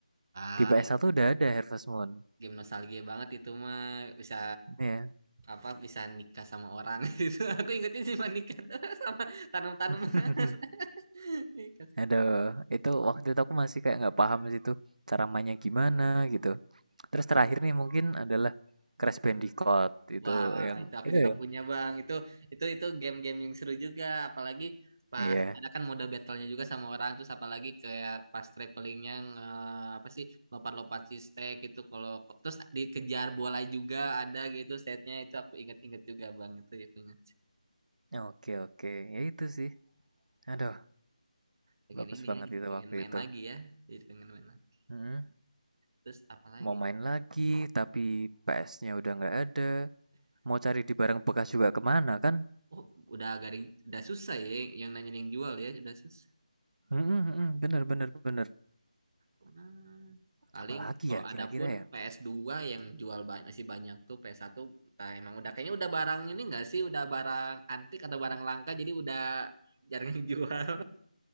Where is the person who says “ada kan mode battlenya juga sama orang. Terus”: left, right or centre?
Right